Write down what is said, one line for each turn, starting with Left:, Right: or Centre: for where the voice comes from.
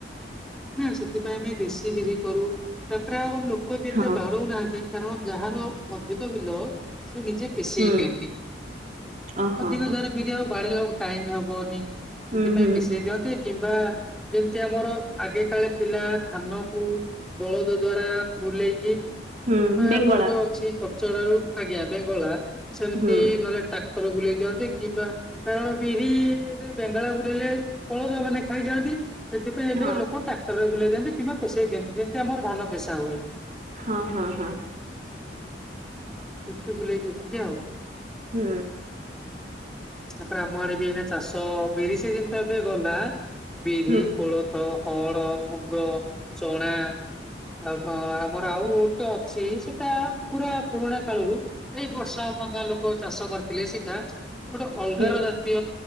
Centre: ସେଥିପାଇଁ ଆମେ ଦେଶୀ ବିରି କରୁ ତାପରେ ଆଉ ଲୋ କ ବି ଏତେ
Right: ହଁ
Centre: ବାରୁ
Right: ହଁ
Centre: ନାହାଁନ୍ତି କାରଣ ଯାହାର ଅଧିକ ବିଲ ସେ ନିଜେ ପେଷେଇ
Right: ହୁଁ
Centre: ଦିଅନ୍ତି
Right: ଓ ହଁ
Centre: ଅଧିକ
Right: ହଁ
Centre: ଯହାର ବିରି ଆଉ ବାଡେଇଲା ଏଳକୁ ଟାଇମ୍ ହବନି। ସେଥିପାଇଁ
Right: ହୁଁ ହୁଁ
Centre: ପିସେଇ
Right: ହୁଁ।
Centre: ଦିଅନ୍ତି କିମ୍ବା ଯେମ୍ତି ଆମର ଆଗେ କାଳେ ଥିଲା ଧାନ କୁ ବଳଦ ଦ୍ଵାରା ବୁଲେଇକି
Right: ହୁଁ
Centre: ନା
Right: ବେଙ୍ଗଳା
Centre: ଆମର ଯୋଉ ଅଛି କଚଡ ରୁ ଆଜ୍ଞା ବେଙ୍ଗଳା ସେମ୍ତି
Right: ହୁଁ
Centre: ନ ହେଲେ ଟା ପର ବୁଲେଇ ଦିଅନ୍ତି କିମ୍ବା କାରଣ ବିରିରେ ବେଙ୍ଗଳା ଘୁରେଇଲା ଅଳକା ମାନେ ଖାଇଯାଆନ୍ତି ସେଥିପାଇଁ ଏବେ
Right: ହଁ
Centre: ଲୋକ ଟାକ୍ଟରରେ ବୁଲେଇ ଦିଅନ୍ତି କିମ୍ବା ପେସେଇ ଦିଅନ୍ତି ଯେମ୍ତି ଆମର ଧାନ ପେସା ହୁଏ।
Right: ହଁ-ହଁ-ହଁ।
Centre: ସେମ୍ତି ବୁଲେଇ ଦିଛନ୍ତି ଆଉ।
Right: ହୁଁ।
Centre: ତାପରେ ଆମ ଆଡେ ବି ଏଇନା ଚାଷ ବିରି ସିଜିନ୍ ତ ଏବେ ଗଲା ବିରି
Right: ହୁଁ
Centre: କୋଳୋଥ ହଡ, ମୁଗ, ଚଣା ଆଉ ବ ଆମର ଆଉ ଗୋଟେ ଅଛି ସେଟା ପୁରା ପୁରୁଣା କାଳୁରୁ ଏଇ ବର୍ଷ ଆମ ଗାଁ ଲୋକୋ ଚାଷ କରିଥିଲେ ସେଟା ଗୋଟେ ଅଲଗାର
Right: ହୁଁ
Centre: ଜାତୀୟ